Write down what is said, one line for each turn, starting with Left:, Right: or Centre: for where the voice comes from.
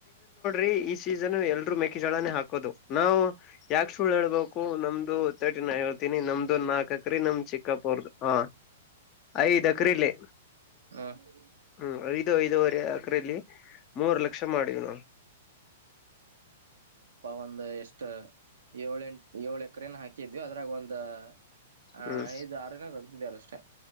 Left: ೀ ಈ ಸೀಸನ್ ಎಲ್ರು ಮೆೇಕಿ ಜಳನೇ ಹಾಕ ಹದು ನಾವು ಯಾಕೆ ಸುಳ್ ಹೇಳ್ಬೇಕು ನಮ್ದು ತರ್ಟಿ ನ ಹೇಳ್ತೀನಿ ನಮ್ದು ನಾಲ್ಕ ಅಕ್ರಿ ನಮ್ ಚಿಕ್ಕಾಪುರ್ದ ಹ ಐದು್ ಅಕ್ರೀಲಿ
Right: ಹ
Left: ಹ್ಮ್ ಐದು ಐದೂವರೆ ಅಕ್ರಲ್ಲಿ ಮೂರು ಲಕ್ಷ ಮಾಡೀಿವ್ ನಾವು
Right: ಒಂದು ಎಷ್ಟ ಏಳ ಎಂಟ ಏಳು ಎಕರೆನ ಹಾಕಿದ್ವಿ ಅದ್ರಾಗ ಒಂದು ಹಾ
Left: ಹ್ಮ್
Right: ದು ಆರುಿನ ತಗ್ತಿದಾರಷ್ಟೆ